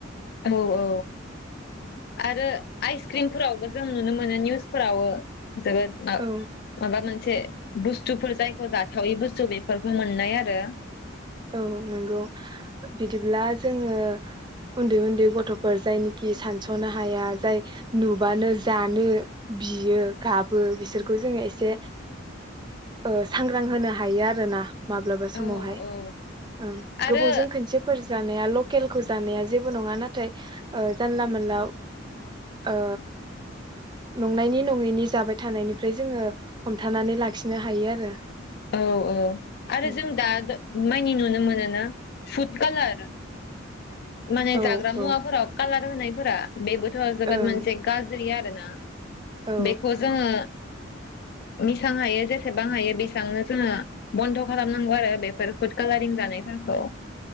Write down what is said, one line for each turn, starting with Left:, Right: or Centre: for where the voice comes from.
Left: औ औ आरो आइस क्रिमफोरावबो जों नुनो मोनो निउसफोरावबो जोबोद मा
Right: औ
Left: माबा मोनसे से बुस्थुफोर जायखौ जाथावै बुस्थु बेफोरखौ मोननाय आरो।
Right: औ नंगौ बिदिब्ला जोङो उन्दै उन्दै गथ'फोर जायनिखि सानस'नो हाया जाय नुबानो जानो बियो गाबो बिसोरखौ जोङो एसे ओ सांग्रां होनो हायो आरोना? माब्लाबा समावहाय
Left: औ औ
Right: ओं
Left: आरो
Right: गोबावजों खनसेफोरजों जानाया लकेलखौ जानाया जेबो नङा नाथाय ओ जानला मोनला ओ नंनायनि नङैनि जाबाय थानायनिफ्राय जोङो हमथानानै लाखिनो हायो आरो।
Left: औ औ आरो
Right: उम
Left: जों दा मै न नुनो मोनो ना फुद कालार माने
Right: औ
Left: जाग्रा मुवाफोराव
Right: औ
Left: खालार होनायफोरा बेबोथ जोबोद
Right: ओं
Left: मोनसे गाज्रि आ ना
Right: औ
Left: बेखौ जोङो बेसेबां हायो जेसेबां हायो बेसेबांनो जोङो बन्द' खालामनांगौ आरो बेफोर फुद कालारिं जानायफोरखौ